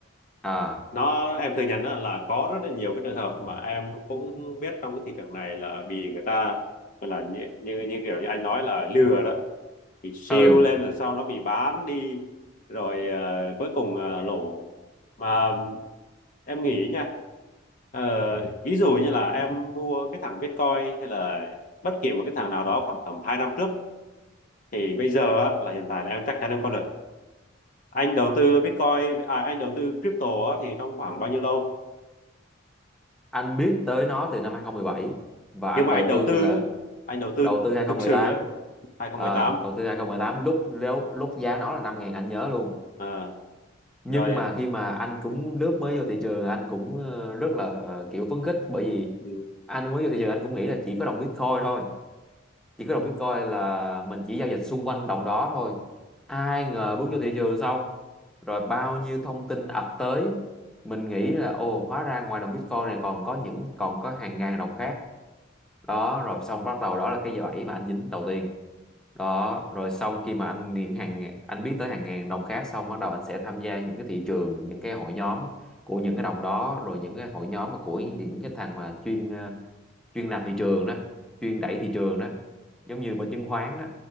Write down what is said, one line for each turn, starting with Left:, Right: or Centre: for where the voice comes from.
Centre: à
Left: nó em thừa nhận đó là có rất là nhiều cái trường hợp mà em cũng biết trong cái thị trường này là bị người ta gọi là như, như như kiểu như anh nói là lừa đó bị siêu
Centre: ừ
Left: lên rồi sau nó bị bán đi rồi ờ, cuối cùng ờ, lỗ mà em nghĩ nha ờ, ví dụ như là em mua cái thằng Bitcoin hay là bất kỳ một cái thằng nào đó khoảng tầm 2 năm trước thì bây giờ á, là hiện tại là em chắc chắn em có lời anh đầu tư Bitcoin à, anh đầu tư crypto á, thì trong khoảng bao nhiêu lâu
Centre: anh biết tới nó từ năm hai không một bảy và anh
Left: nhưng mà
Centre: đầu
Left: anh đầu
Centre: tư
Left: tư
Centre: là
Left: á, anh đầu tư
Centre: đầu tư 2018
Left: thực sự á, 2018
Centre: à, đầu tư 2018 lúc lúc lúc giá nó là năm ngàn anh nhớ luôn
Left: Ờ,
Centre: nhưng
Left: rồi
Centre: mà khi mà anh cũng lướt mới vô thị trường anh cũng ờ, rất là ờ, kiểu phấn khích bởi vì
Left: ừ,
Centre: anh mới vô thị trường anh cũng nghĩ là chỉ có đồng Bitcoin thôi chỉ có đồng Bitcoin là mình chỉ giao dịch xung quanh đồng đó thôi ai ngờ bước vô thị trường xong rồi bao nhiêu thông tin ập tới mình nghĩ là ồ hóa ra ngoài đồng Bitcoin này còn có những còn có hàng ngàn đồng khác đó rồi xong bắt đầu đó là cái bẫy mà anh dính đầu tiên đó rồi xong khi mà anh những hàng anh biết tới hàng ngàn đồng khác xong bắt đầu anh sẽ tham gia những cái thị trường những cái hội nhóm của những cái đồng đó rồi những cái hội nhóm mà của những cái thằng mà chuyên ờ, chuyên làm thị trường đó chuyên đẩy thị trường đó giống như bên chứng khoán đó